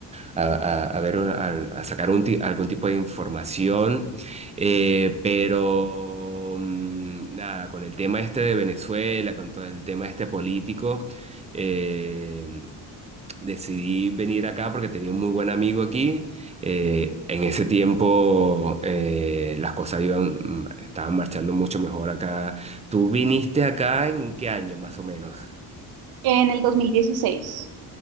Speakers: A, on the right; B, on the right.
A: a, a- a ver, a, a sacar un ti- algún tipo de información, eh, pero mm, nada, con el tema este de Venezuela, con todo el tema este político, eh, decidí venir acá porque tenía un muy buen amigo aquí. Eh, en ese tiempo eh, las cosas iban, mm, estaban marchando mucho mejor acá. ¿Tú viniste acá en qué año más o menos?
B: En el 2016